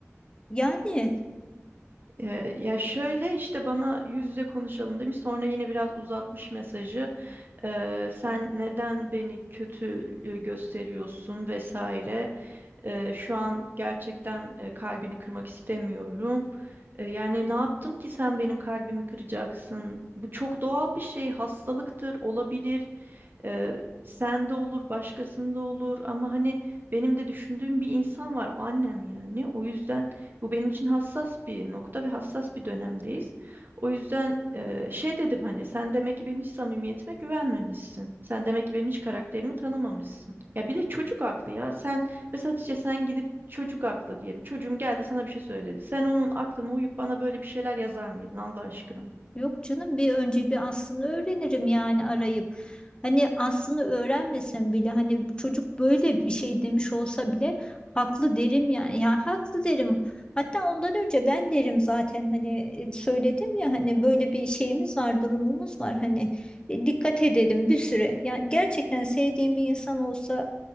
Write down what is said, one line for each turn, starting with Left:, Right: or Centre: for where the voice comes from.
Left: Yani.
Right: Ee, ya şöyle işte bana yüz yüze konuşalım demiş sonra yine biraz uzatmış mesajı Ee, sen neden beni kötü e, gösteriyorsun vesaire Eee, şu an gerçekten e, kalbini kırmak istemiyorum. E, yani ne yaptım ki sen benim kalbimi kıracaksın? Bu çok doğal bir şey, hastalıktır, olabilir. Ee, sen de olur, başkasında olur ama hani benim de düşündüğüm bir insan var, o annem yani. O yüzden bu benim için hassas bir nokta ve hassas bir dönemdeyiz. O yüzden e, şey dedim hani sen demek ki benim hiç samimiyetime güvenmemişsin. Sen demek ki benim hiç karakterimi tanımamışsın. Ya bir de çocuk aklı ya. Sen mesela Hatice sen gidip çocuk aklı diyelim. Çocuğum geldi sana bir şey söyledi. Sen onun aklına uyup bana böyle bir şeyler yazar mıydın Allah aşkına?
Left: Yok canım bir önce bir aslını öğrenirim yani arayıp. Hani aslını öğrenmesem bile hani çocuk böyle bir şey demiş olsa bile haklı derim ya. Ya haklı derim. Hatta ondan önce ben derim zaten hani e, söyledim ya hani böyle bir şeyimiz var, durumumuz var hani e, dikkat edelim bir süre. Yani gerçekten sevdiğin bir insan olsa